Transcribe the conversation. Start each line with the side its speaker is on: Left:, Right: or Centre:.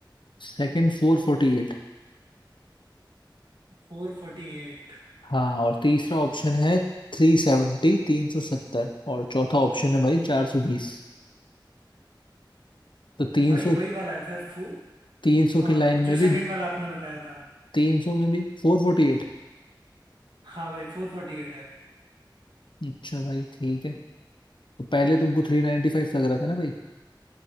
Left: Second four forty eight
Right: फोर फोर्टी एट
Left: हाँ और तीसरा ऑप्शन है थ्री सेवेंटी तीन सौ सत्तर और चौथा ऑप्शन है भाई चार सौ बीस तो तीन
Right: भाई
Left: सौ
Right: वही वाला है फिर फो
Left: तीन सौ
Right: हाँ
Left: की लाइन में
Right: जो सेकंड
Left: भी
Right: वाला आपने बताया था
Left: तीन सौ में भी फोर फोर्टी एट
Right: हाँ भाई फोर फोर्टी एट है
Left: अच्छा भाई ठीक है तो पहले तुमको थ्री नाइन्टी फाइव लग रहा था ना भाई